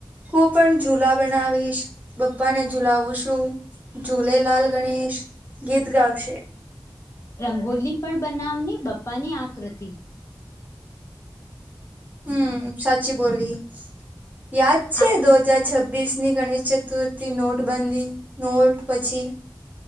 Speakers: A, on the right (about 20°); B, on the left (about 35°).
A: હું પણ ઝુલા બનાવીશ બપ્પાને ઝુંલાવશું. ઝૂલેલાલ ગણેશ ગીત ગાવશે.
B: રંગોલી પણ બનાવની બપ્પાની આકૃતિ.
A: હું સાચી બોલી યાદ છે
B: આ
A: દો જા છબ્બિસની ગણેશ ચતુર્થી નોટબંધી નોટ પછી..